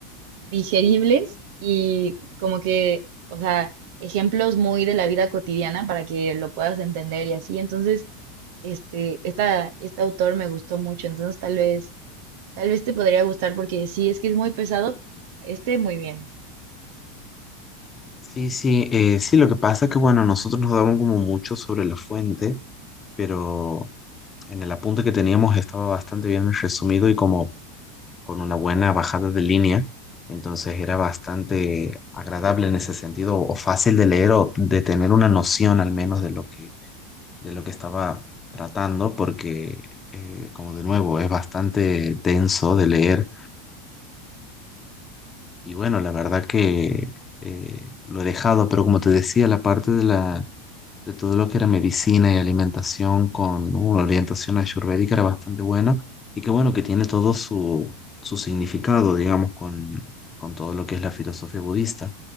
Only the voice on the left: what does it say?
Sí, sí, eh, sí, lo que pasa es que, bueno, nosotros nos daban como mucho sobre la fuente, pero en el apunte que teníamos estaba bastante bien resumido y como con una buena bajada de línea, entonces era bastante agradable en ese sentido, o fácil de leer o de tener una noción al menos de lo que, de lo que estaba tratando, porque, eh, como de nuevo, es bastante denso de leer y bueno, la verdad que eh, lo he dejado, pero como te decía, la parte de la, de todo lo que era medicina y alimentación con una orientación ayurvédica era bastante buena y que bueno, que tiene todo su, su significado, digamos, con, con todo lo que es la filosofía budista.